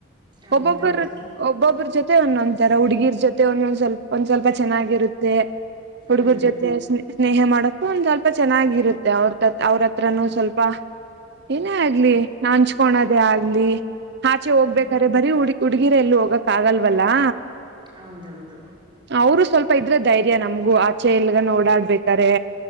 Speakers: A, on the right (about 25°); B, on the right (about 55°).
A: ಹೌದೌದು
B: ಒಬ್ಬೊಬ್ಬರು ಒಬ್ಬೊಬ್ಬ್ರ ಜೊತೆ ಒಂದೊಂದು ತರ ಹುಡುಗಿರ್ ಜೊತೆ ಒಂದೊಂದ್ ಸ್ವಲ್ಪ ಒಂದ್ ಸ್ವಲ್ಪ ಚೆನ್ನಾಗಿರುತ್ತೆ
A: ಹ್ಮ್
B: ಹುಡುಗರ್ ಜೊತೆ ಸ್ನೇಹೆ ಮಾಡಕ್ಕು ಒಂದ್ ಸ್ವಲ್ಪ ಚೆನ್ನಾಗಿರುತ್ತೆ ಅವ್ರ ಅವ್ರ ಹತ್ರನುೂ ಸ್ವಲ್ಪ ಏನೇ ಆಗ್ಲಿ
A: ಹ್ಮ್
B: ನಾ ಹಂಚ್ಕಳದೇ ಆಗ್ಲಿ ಆಚೆ ಹೋಗ್ಬೇಕ
A: ಹ್ಮ್
B: ಬರೀ ಹಡುಗಿ ಹುಡುಗಿರೆ ಎಲ್ಲಿ ಹೋಗಕ್ ಆಗಲ್ವಲ್ಲಾ
A: ಹೌದೌದು
B: ಅವರು ಸ್ವಲ್ಪ ಇದ್ರೆ ಧೈರ್ಯ ನಮ್ಗೂ ಆಚೆ ಎಲ್ಗನೆ ಓಡಾಡ್ಬೇಕಾರೆ